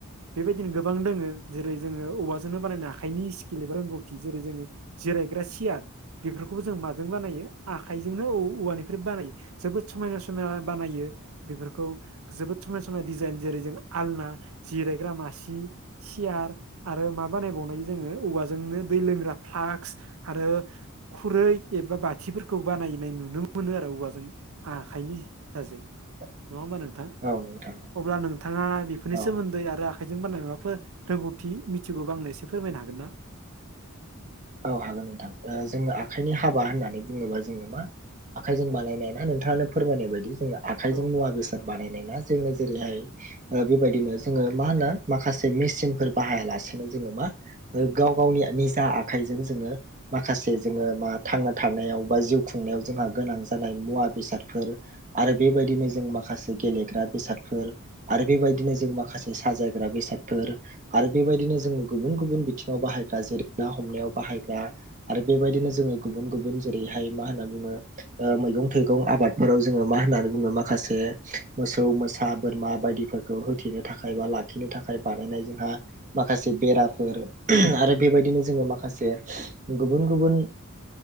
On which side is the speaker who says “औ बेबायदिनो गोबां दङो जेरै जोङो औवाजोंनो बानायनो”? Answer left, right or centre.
Right